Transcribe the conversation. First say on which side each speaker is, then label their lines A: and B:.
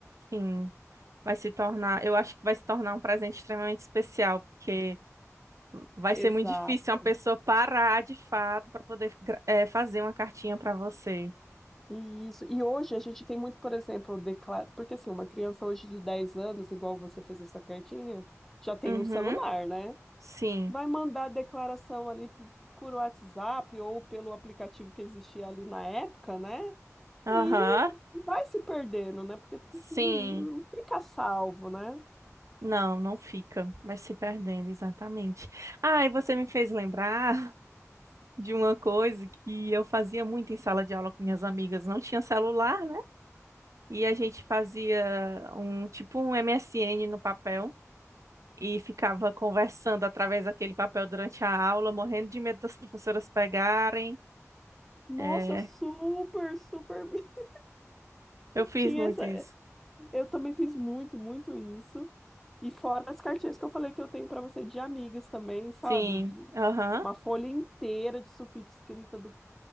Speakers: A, on the right; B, in the centre.
A: sim. Vai se tornar, eu acho que vai se tornar um presente extremamente especial, porque Vai ser
B: Exato.
A: muito difícil uma pessoa parar de fato para poder gra- eh, fazer uma cartinha para você.
B: E Isso. E hoje a gente tem muito, por exemplo, declara... porque assim, uma criança hoje de 10 anos, igual você fez essa cartinha, já tem
A: Uhum.
B: um celular, né?
A: Sim.
B: Vai mandar declaração ali por, por WhatsApp ou pelo aplicativo que existia ali na época, né?
A: Aham.
B: E vai se perdendo, né? Porque tu
A: Sim.
B: não não fica salvo, né?
A: Não, não fica. Vai se perdendo, exatamente. Ah, e você me fez lembrar <laughs> de uma coisa que eu fazia muito em sala de aula com minhas amigas. Não tinha celular, né? E a gente fazia um tipo um MSN no papel. E ficava conversando através daquele papel durante a aula, morrendo de medo das professoras pegarem.
B: Nossa,
A: É,
B: super, super. <laughs>
A: Eu fiz
B: Tinha
A: muito
B: essa.
A: isso.
B: Eu também fiz muito, muito isso. E fora as cartinhas que eu falei que eu tenho para você de amigas também, sabe?
A: Sim.
B: De-
A: Aham.
B: Uma folha inteira de sulfite escrita do